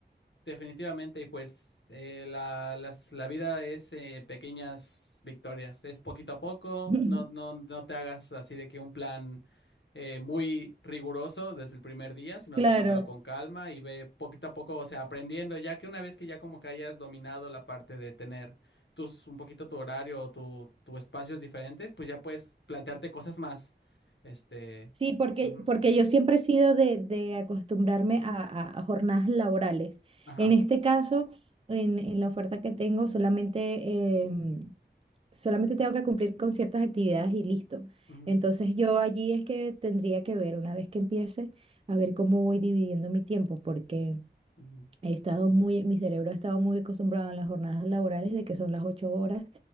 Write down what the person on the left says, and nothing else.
Definitivamente, y pues eh, la, las- la vida es eh, pequeñas victorias, es poquito a poco,
no, no, no te hagas así de que un plan eh, muy riguroso desde el primer día, sino
tómatelo con calma y ve poquito a poco, o sea, aprendiendo, ya que una vez que ya como que hayas dominado la parte de tener tus, un poquito tu horario o tu, tu espacios diferentes, pues ya puedes plantearte cosas más, este,
ujú,
ajá,
ujú,
ujú,